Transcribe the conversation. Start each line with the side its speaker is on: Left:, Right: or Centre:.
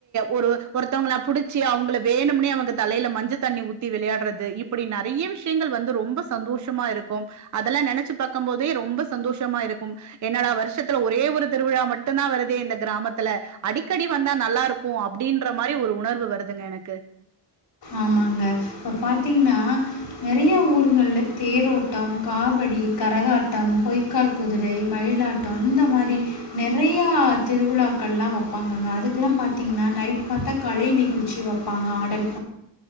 Right: ஒரு ஒருத்தவங்கள புடிச்சு அவுங்கள வேணும்னே அவுங்க தலைல மஞ்ச தண்ணி ஊத்தி விளையாடுறது இப்பிடி நறைய விஷ்யங்கள் வந்து ரொம்ப சந்தோஷமா இருக்கும் அதெல்லா நெனச்சு பாக்கும் போதே ரொம்ப சந்தோஷமா இருக்கும் என்னடா வருஷத்துல ஒரே ஒரு திருவிழா மட்டுந்தா வருதே இந்த கிராமத்துல அடிக்கடி வந்தா நல்லா இருக்கு அப்டின்ற மாரி ஒரு உணர்வு வருதுங்க எனக்கு
Left: ஆமாங்க இப்ப பாத்தீங்னா நெறைய ஊர்கள்ல தேரோட்டம் காவடி கரகாட்டம் பொய்க்கால் குதிரை மயிலாட்டம் இந்த மாரி நெறையா திருவிழாக்கள்லா வப்பாங்கங்க அதுக்குல்லா பாத்தீங்னா நைட் பாத்தா கலை நிகழ்ச்சி வப்பாங்க ஆடல்